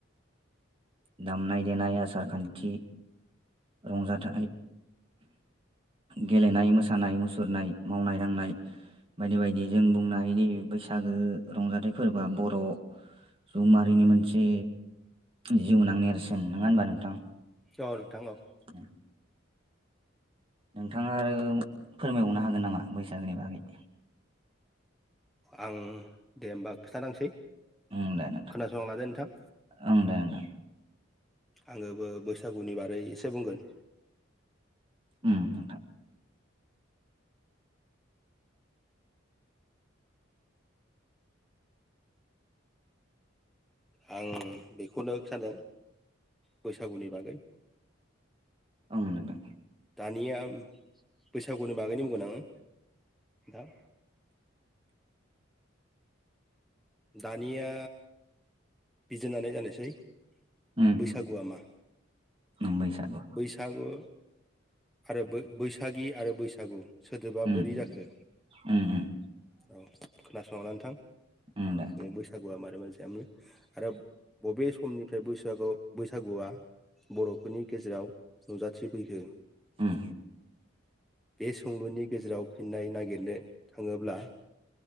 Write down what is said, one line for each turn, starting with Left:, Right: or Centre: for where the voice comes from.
Right: दामनाय देनाय आसार खान्थि रंजाथाइ गेलेनाय मोसानाय मुसुरनाय मावनाय दांनाय बायदि बायदि जों बुंनो हायोदि बैसागो रंजाथाइ फोरबोआ बर' सुबुंमाहारिनि मोनसे जिउनां नेरसोन नंङा होनबा नोंथां?
Centre: अ' नोंथां अ
Right: उम नोंथाङा आरो फोरमायहरनो हागोन नामा बैसागोनि बागै?
Centre: आं दे होमबा खिथानांसै खोनासंना
Right: ओं दे नोंथां
Centre: लादो नोंथां।
Right: ओं दे नोंथां।
Centre: आङोबो बैसागुनि बारै एसे बुंगोन।
Right: उम नोंथां।
Centre: आं बेखौनो सानदों बैसागुनि बागै।
Right: उम नोंथां।
Centre: दानिया बैसागुनि बागैनि बुंगोन आङो। दा दानिया बिजिरनानै नायनोसै
Right: उम
Centre: बैसागुआ मा?
Right: उम बैसागु
Centre: बैसागु आरो बै बैसागि आरो बैसागु सोदोबा
Right: उम
Centre: बोरै जाखो
Right: उम उम
Centre: औ खोनासंनाला नोंथां बैसागुआ
Right: उम दे
Centre: मारै मारै जायामोन आरो बबे समनिफ्राय बैसागु बैसागुआ बर'फोरनि गेजेराव नुजाथिफैखो
Right: उम
Centre: बे सोंलुनि गेजेराव फिननाय नागिरनो थाङोब्ला